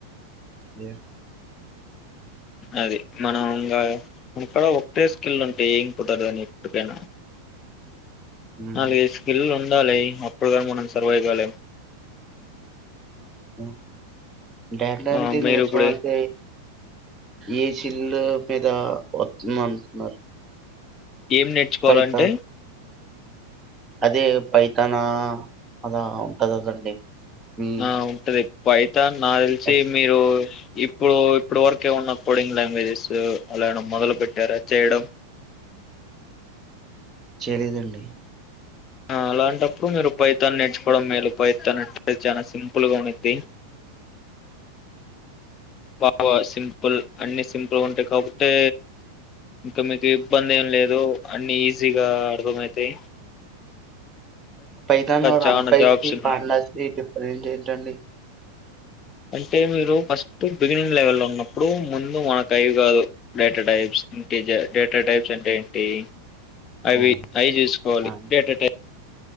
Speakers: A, on the right; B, on the left.
A: ఏ
B: అది మనం ఇంకా ఇక్కడ ఒకటే స్కిల్ ఉంటే ఏంపోతాడు దాని ఎప్పడికనా
A: ఉమ్,
B: నాలుగైదు స్కిల్ అప్పుడు గాని మనం సర్వే కాలేం
A: ఆ డేటా
B: ఆ,
A: ఎంట్రీ
B: మీరు
A: నేర్చుకోవాలంటే
B: ఇప్పుడు
A: ఏ చిల్లు మీద వస్తుంద అంటున్నారు
B: ఏం నేర్చుకోవాలంటే
A: పైథాన్ అదే పైతానా అలా ఉంటంది కదండి మీ
B: ఆ ఉంటంది పై తాన్ నాకు తెలిసి
A: అది
B: మీరు ఇప్పుడు ఇప్పుడు వరకు ఏమన్నా కోడింగ్ లాంగ్వేజెస్ అలా ఏమన్నా మొదలు పెట్టారా చేయడం
A: చేయలేదండి
B: ఆ అలాంటప్పుడు మీరు పైథాన్ నేర్చుకోవడం మేలు పైథాన్ అంటే చాలా సింపుల్ గా ఉండిద్ది. బాగా సింపుల్ అన్ని సింపుల్ గా ఉంటాయి కాకపోతే ఇంకా మీకు ఇబ్బంది ఏం లేదు అన్నీ ఈజీగా అర్థం అయ్యితాయి
A: పైథాన్ <unintelligible>
B: చాలా
A: ప్రెజెంట్
B: జాబ్స్ ఉన్నాయి
A: ఏంటండి
B: అంటే మీరు ఫస్ట్ బిగినింగ్ లెవెల్ల్లో ఉన్నప్పుడు ముందు మాకు అవి కాదు data types integer data types అంటే ఏంటి? అవి
A: హ్మ్.
B: అయి చూసుకోవాలి
A: ఆ!
B: డేటా టైప్